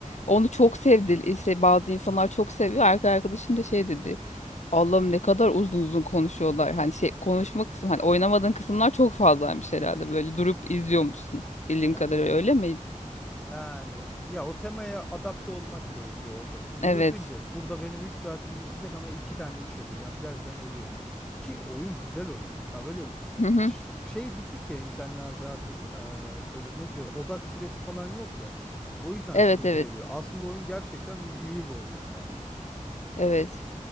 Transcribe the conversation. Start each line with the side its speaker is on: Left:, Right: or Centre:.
Left: onu çok sevdi. İşte bazı insanlar çok seviyor. Erkek arkadaşım da şey dedi. Allah'ım ne kadar uzun uzun konuşuyorlar. Hani şey konuşma kısmı hani oynamadığın kısımlar çok fazlaymış herhalde. Böyle durup izliyormuşsun. Bildiğim
Centre: Ya
Left: kadarıyla öyle mi?
Centre: Yani ya o temaya adapte olmak gerekiyor orada. Bir diyorsun
Left: Evet.
Centre: ki burada benim 3 saatim geçecek ama 2 tane iş yapacağım dersen oluyor. Ki oyun güzel oyun. Ya böyle
Left: Hı hı.
Centre: ş- şey bitik ya insanlarda artık eee, böyle ne diyor odak süresi falan yok ya. O yüzden
Left: Evet
Centre: sıkıcı
Left: evet
Centre: geliyor. Aslında oyun gerçekten y- iyi bir oyun yani.
Left: evet.